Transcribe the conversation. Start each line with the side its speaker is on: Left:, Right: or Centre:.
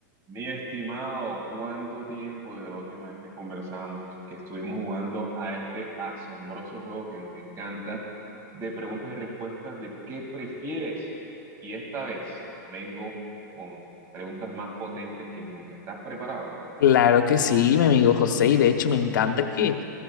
Right: Mi estimado, ¿cuánto tiempo desde la última vez que conversamos y que estuvimos jugando a este asombroso juego que nos encanta de preguntas y respuestas de qué prefieres? Y esta vez vengo con preguntas más potentes que nunca. ¿Estás preparado?
Left: Claro que sí, mi amigo José, y de hecho me encanta que,